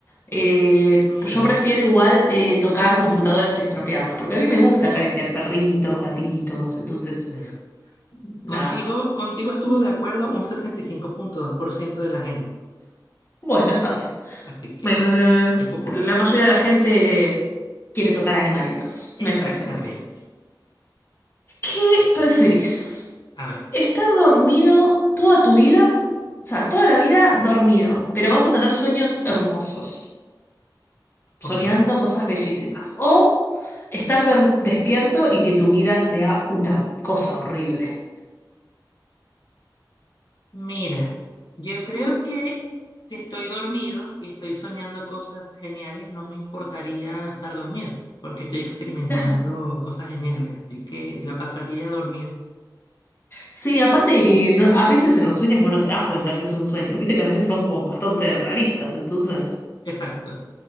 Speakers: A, on the left; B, on the left.
A: Eh,
B: Mira,
A: pues yo prefiero igual eh, tocar computadoras y estropearlas, porque a mí me gusta acariciar perritos, gatitos, entonces,
B: claro.
A: nada.
B: Contigo, contigo estuvo de acuerdo un sesenta y cinco punto dos por ciento de la gente.
A: Bueno, está bien.
B: Así que
A: Me- me-
B: es popular.
A: la mayoría de la gente quiere tocar animalitos,
B: Exactamente.
A: me parece muy bien. ¿Qué preferís?
B: A ver,
A: ¿Estar dormido toda tu vida? O sea, toda la vida dormido, pero vas a tener sueños hermosos.
B: ok.
A: soñando cosas bellísimas. O estar de- despierto y que tu vida sea una cosa horrible.
B: Mira, yo creo que si estoy dormido y estoy soñando cosas geniales, no me importaría estar dormido, porque estoy experimentando
A: Claro.
B: cosas geniales, así que la pasaría dormido.
A: Sí, aparte, eh, no- a veces en los sueños vos no te das cuenta que es un sueño. Viste que a veces son como bastante realistas. Entonces,
B: Exacto,